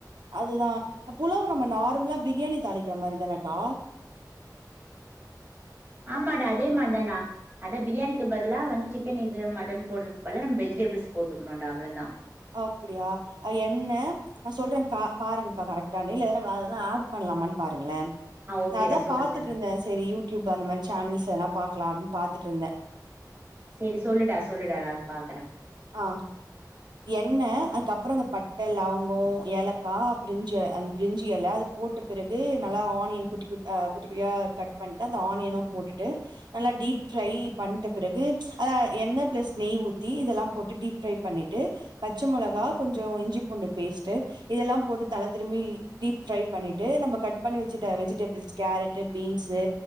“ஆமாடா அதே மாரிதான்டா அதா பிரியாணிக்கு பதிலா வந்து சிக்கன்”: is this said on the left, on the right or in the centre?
Right